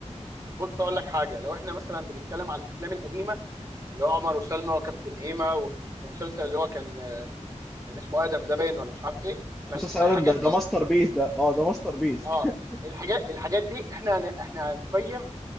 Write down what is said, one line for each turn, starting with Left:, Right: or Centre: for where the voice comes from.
Right: بص اقول لك حاجه لو احنا مثلا بنتكلم على الافلام القديمه اللي هو عمر وسلمى وكابتن هيما و- ومسلسل اللي هو كان كان اسمه ادم ده باين ولا مش عارف ايه
Centre: آه،
Right: فال-
Centre: مسلسل
Right: فالحاجات
Centre: ادم ده
Right: دي
Centre: ده ماستر بيس ده اه ده ماستر بيس
Right: اه
Centre: <laughs>
Right: الحاجات الحاجات دي احنا هن- احنا هنقيم